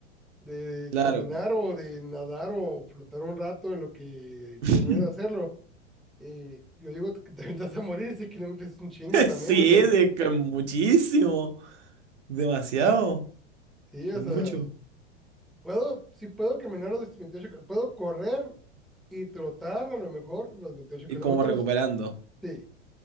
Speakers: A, in the centre; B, on the right.
A: de
B: Claro.
A: caminar o de nadar o flotar un rato en lo que
B: <laughs>
A: termino de hacerlo. y yo digo que <laughs> te vas a morir, 6 kilómetros es un chingo también,
B: Sí,
A: o sea,
B: es que es muchísimo, demasiado,
A: sí, o
B: es
A: sea,
B: mucho.
A: puedo, sí puedo caminar los 28 kil- puedo correr y trotar a lo mejor los 28
B: Y
A: kilómetros,
B: como recuperando.
A: sí,